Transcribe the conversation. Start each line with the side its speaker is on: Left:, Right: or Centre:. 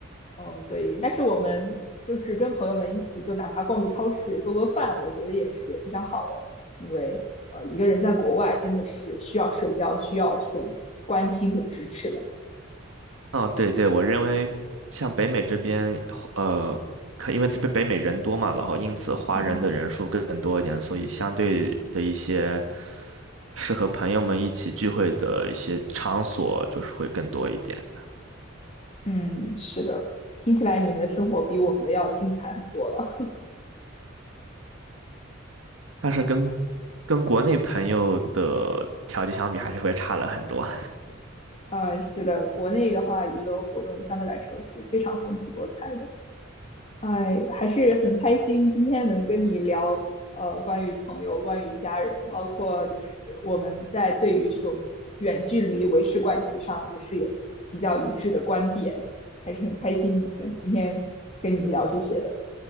Left: 嗯，所以，但是我们就是跟朋友们一起，就哪怕逛个超市、做做饭，我觉得也是非常好的。因为呃，一个人在国外真的是需要社交，需要这种关心和支持的。
Right: 哦，对对，我认为像北美这边，呃，可因为这边北美人多嘛，然后因此华人的人数更多一点，
Left: 嗯
Right: 所以相对的一些适合朋友们一起聚会的一些场所就是会更多一点。
Left: 嗯，是的，听起来你们的生活比我们的要精彩很多了。
Right: 但是跟跟国内朋友的条件相比，还是会差了很多。
Left: 呃，是的，国内的话，娱乐活动相对来说是非常丰富多彩的。哎，还是很开心今天能跟你聊，呃，关于朋友、关于家人，包括就是我们在对于这种远距离维持关系上也是有比较一致的观点，还是很开心能今天跟你聊这些的。